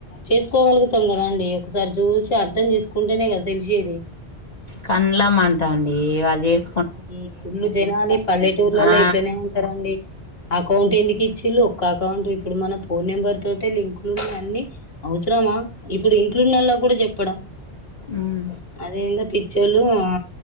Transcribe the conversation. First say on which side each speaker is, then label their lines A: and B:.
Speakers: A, on the left; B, on the left.
A: చేసి చేయగలు గతం కదా అండి ఒకసారి చూసి అర్థం చేసుకుంటేనే కదా తెలిసేది
B: కంలమంటాండి వాళ్ళ చేసి
A: ఈ కుళ్ళు జనాలి పల్లెటూర్లలో
B: ఆ
A: ఇట్లనే ఉంటారండి అకౌంట్ ఎందుకు ఇచ్చుండు కాక వంట్ ఇప్పుడు మన ఫోన్ నెంబర్ తోటే లింకులు ఉన్నా అన్ని అవసరమా ఇప్పుడు ఇంట్లున్నలా కూడా చెప్పడం
B: ఉమ్
A: అదేందో పిచ్ చలూ ఆ